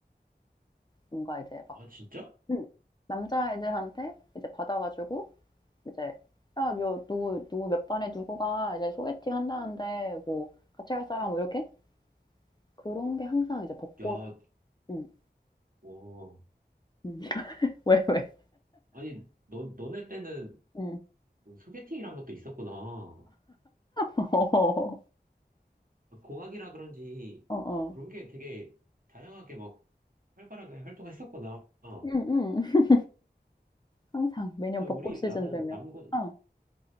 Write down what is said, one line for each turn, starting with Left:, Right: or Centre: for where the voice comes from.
Left: 뭔가 이제 막
Right: 아, 진짜?
Left: 응. 남자애들한테 이제 받아 가지고 이제 "야 요 누구 누구 몇 반에 누구가 이제 소개팅 한다는데 뭐 같이 갈 사람?" 뭐 이렇게 그런 게 항상 이제 벚꽃
Right: 야,
Left: 응.
Right: 어.
Left: 응. <laughs> 왜, 왜?
Right: 아니, 너, 너네 때는
Left: 음.
Right: 그 소개팅이란 것도 있었구나. 어,
Left: <laughs> 어.
Right: 공학이라 그런지
Left: 어어.
Right: 그런 게 되게 다양하게 막 활발하게 활동했었구나. 어.
Left: <laughs> 항상 매년
Right: 아,
Left: 벚꽃
Right: 우리,
Left: 시즌
Right: 나는
Left: 되면
Right: 남고,
Left: 어.